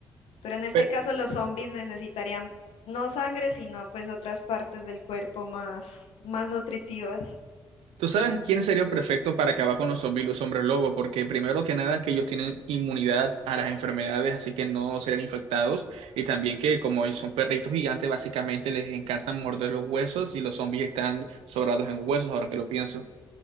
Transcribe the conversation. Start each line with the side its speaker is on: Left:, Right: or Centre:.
Left: Pero en este
Right: Pe-
Left: caso los zombies necesitarían no sangre, sino pues otras partes del cuerpo más, más nutritivas.
Right: ¿Tú sabes quién sería perfecto para acabar con los zombies y los hombres lobo? Porque primero que nada es que ellos tienen inmunidad a las enfermedades, así que no serán infectados. Y también que como ellos son perritos gigantes, básicamente les encantan morder los huesos y los zombies están sobrados en huesos, ahora que lo pienso.